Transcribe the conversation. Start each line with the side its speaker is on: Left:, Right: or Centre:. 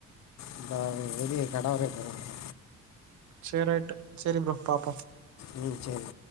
Left: இந்தா வெளிய கடவரையு போர ப்ரோ
Right: சேரி ரைட்டு சேரி ப்ரோ பாப்போ
Left: ம் ம் சேரி